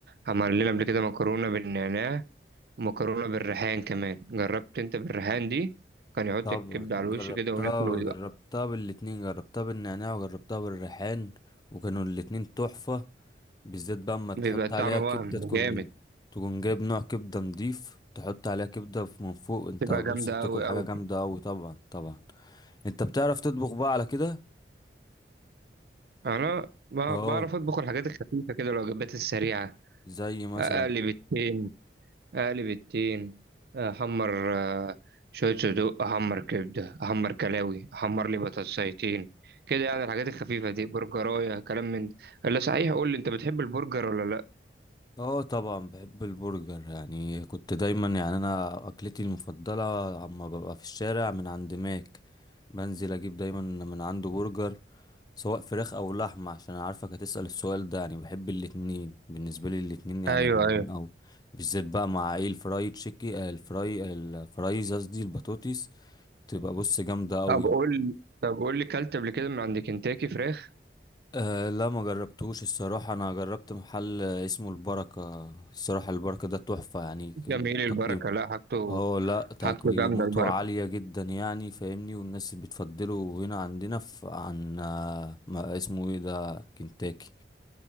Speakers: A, on the right; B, on the left.
A: عمل لنا قبل كده مكرونه بالنعناع ومكرونه بالريحان كمان جربت انت بالريحان دي كان يحط
B: طبعا
A: الكبده
B: جربتها
A: على الوش كده وناكل
B: وجربتها
A: ويبقى
B: بالاتنين جربتها بالنعناع وجربتها بالريحان وكانوا الاتنين تحفة بالذات بقى اما تحط
A: بيبقى الطعم
B: عليها
A: وهم
B: كبدة تكون
A: جامد
B: تكون جايب نوع كبدة نضيف تحط عليها كبدة ف- من فوق انت
A: تبقى
B: بص
A: جامدة
B: بتاكل
A: أوي
B: حاجة
A: أوي
B: جامدة اوي طبعا طبعا انت بتعرف تطبخ بقى على كده
A: أنا ب-
B: اه
A: بعرف أطبخ الحاجات الخفيفة كده الوجبات السريعة
B: زي مثلا
A: أقلب التين أقلب التين أحمر آه، شوية صدوق أحمر كبدة أحمر كلاوي أحمر لي بطاطسايتين كده يعني الحاجات الخفيفة دي برجراية كلام من ده إلا صحيح قول لي أنت بتحب البرجر ولا لأ؟
B: اه طبعا بحب البرجر يعني كنت دايما يعني انا اكلتي المفضله عما ببقى في الشارع من عند ماك بنزل اجيب دايما من عنده برجر سواء فراخ او لحمه عشان أنا عارفك هتسأل السؤال ده يعني بحب الاتنين بالنسبه لي الاتنين يعني
A: ايوه
B: جامدين
A: ايوه
B: اوي بالذات بقى مع ايه الفراي تشيكي آه، الفراي الفرايز قصدي البطاطس تبقى بص جامده اوي
A: طب قول طب قول لي كلت قبل كده من عند كنتاكي فراخ
B: أه لا ما جربتوش الصراحة أنا جربت محل اسمه البركة الصراحة البركة ده تحفة يعني
A: جميل البركة
B: تقييم
A: لا حاجته
B: اه لا تقييماته
A: حاجته جامدة البركة
B: عالية جدا يعني فاهمني والناس بتفضله هنا عندنا في عن آه، ما اسمه ايه ده كنتاكي